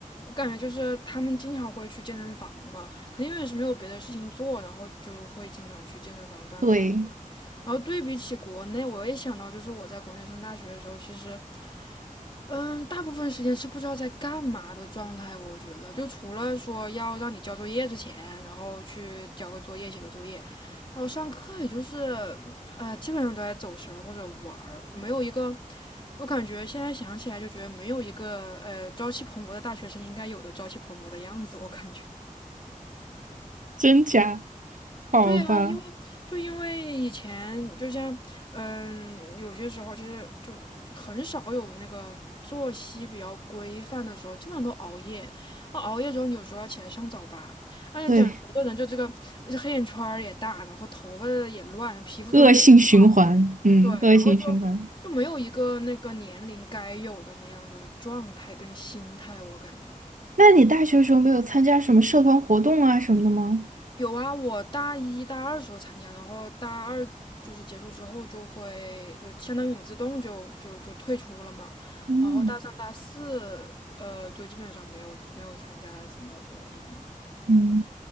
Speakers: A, on the left; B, on the right.
A: 我感觉就是他们经常会去健身房嘛，肯定也是没有别的事情做，然后就会经常去健身房锻炼这样。
B: 对，
A: 然后对比起国内，我也想到，就是我在国内上大学的时候，其实嗯，大部分时间是不知道在干嘛的状态，我觉得就除了说要让你交作业之前，然后去交个作业、写个作业，然后上课也就是呃，基本上都在走神儿或者玩儿，没有一个我感觉现在想起来就觉得没有一个呃朝气蓬勃的大学生应该有的朝气蓬勃的样子，我感觉。
B: 真假好吧，
A: 对呀，因为就因为以前就像，嗯，有些时候其实就很少有那个作息比较规范的时候，基本上都熬夜。啊熬夜之后，你有时候要起来上早八，而且整整个人就这个这黑眼圈儿也大，
B: 对，
A: 然后头发也乱，皮肤状态也不
B: 恶性循环，嗯，
A: 对，
B: 恶性循环。
A: 然后就就没有一个那个年龄该有的那样的状态跟心态，我感觉。
B: 那你大学的时候没有参加什么社团活动啊什么的吗？
A: 有啊，我大一大二时候参加，然后大二就是结束之后就会就相当于你自动就就就退出了嘛，
B: 嗯
A: 然后大三大四呃就基本上没有没有参加什么活动了，
B: 嗯